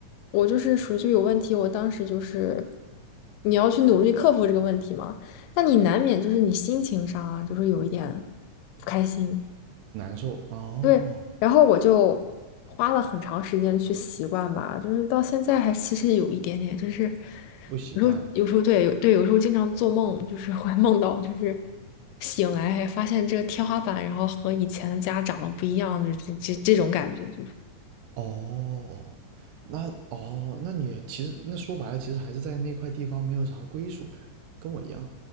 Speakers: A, on the left (about 85°); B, on the right (about 80°).
A: 我就是属于就有问题，我当时就是你要去努力克服这个问题嘛，那你难免就是你心情上啊，就是有一点不开心。
B: 难受哦，
A: 对，然后我就花了很长时间去习惯吧，就是到现在还其实有一点点，就是
B: 不习惯
A: 有时候有时候对有对有时候经常做梦，就是会梦到就是醒来还发现这个天花板，然后和以前的家长得不一样，就这这这种感觉，就是
B: 哦，那哦，那你其实那说白了，其实还是在那块地方没有啥归属感，跟我一样，